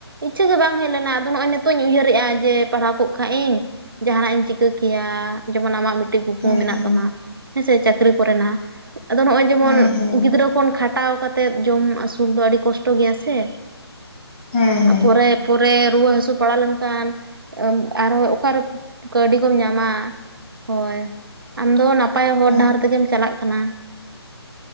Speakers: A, on the right; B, on the left.
A: ᱤᱪᱷᱟᱹ ᱜᱮ ᱵᱟᱝ ᱦᱮᱡ ᱞᱮᱱᱟᱹᱧ ᱟᱼᱫᱚ ᱱᱚᱜᱼᱚᱭ ᱱᱤᱛᱚᱜ ᱧ ᱩᱭᱦᱟᱹᱨᱮᱜᱼᱟ ᱡᱮ ᱯᱟᱲᱦᱟᱣᱼᱟ ᱠᱚᱼᱜ ᱠᱷᱟᱱ ᱤᱧᱹ ᱡᱟᱦᱟᱱᱟᱜ ᱤᱧ ᱪᱤᱠᱟᱹ ᱠᱮᱭᱟ ᱡᱮᱢᱚᱱ ᱟᱢᱟᱜ ᱢᱤᱫᱴᱮᱱ ᱠᱩᱠᱢᱩ
B: ᱦᱮᱸ
A: ᱢᱮᱱᱟᱜ
B: ᱦᱮᱸ
A: ᱛᱟᱢᱟ ᱦᱮᱸᱥᱮ ᱪᱟᱹᱠᱨᱤ ᱠᱚᱨᱮᱱᱟᱜ ᱟᱫᱚ ᱱᱚᱜᱼᱚᱭ ᱡᱮᱢᱚᱱ
B: ᱦᱮᱸ ᱦᱮᱸ
A: ᱜᱤᱫᱽᱨᱟᱹ ᱠᱷᱚᱱ ᱠᱷᱟᱴᱟᱣ ᱠᱟᱛᱮᱫ ᱡᱚᱢ ᱟᱹᱥᱩᱞ ᱫᱚ ᱟᱹᱰᱤ ᱠᱚᱥᱴᱚ ᱜᱮᱭᱟ ᱥᱮ
B: ᱦᱮᱸ ᱦᱮᱸ
A: ᱯᱚᱨᱮ ᱯᱚᱨᱮ ᱨᱩᱣᱟᱹ ᱦᱟᱹᱥᱩ ᱯᱟᱲᱟᱣ ᱞᱮᱱᱠᱷᱟᱱ ᱟᱨ ᱦᱚᱸ ᱚᱠᱟᱨᱮ ᱠᱟᱹᱣᱰᱤ ᱠᱚᱢ ᱧᱟᱢᱟ ᱦᱚᱭ ᱟᱢ ᱫᱚ ᱱᱟᱯᱟ ᱱᱟᱯᱟᱭ ᱦᱚᱨ
B: ᱦᱮᱸ
A: ᱰᱟᱦᱟᱨ ᱛᱮᱜᱮᱢ ᱪᱟᱞᱟᱜ ᱠᱟᱱᱟ